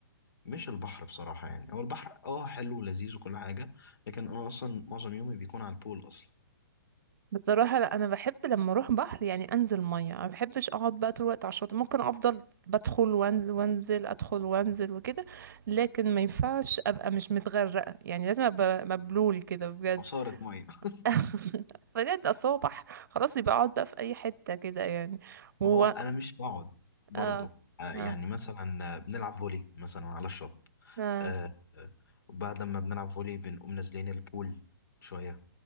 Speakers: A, on the left; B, on the right.
A: مش البحر بصراحة يعني هو البحر اه حلو ولذيذ وكل حاجة لكن أنا أصلا معظم يومي بيكون على البول أصلا
B: بصراحه لا انا بحب لما اروح بحر يعني انزل ميه ما بحبش اقعد بقى طول الوقت على الشاطئ ممكن افضل بدخل وأن- وانزل ادخل وانزل وكده لكن ما ينفعش ابقى مش متغرقه يعني لازم ابقى مبلول كده بجد
A: عصارة مية <laughs>
B: <laughs> بجد اصل هو بح خلاص يبقى اقعد بقى في اي حته كده يعني و
A: ما هو أنا مش بقعد برضه
B: اه
A: آه، يعني
B: اه
A: مثلا آه، بنلعب فولي مثلا على الشط
B: اه
A: آه، آه، وبعد ما بنلعب فولي بنقوم نازلين البول شوية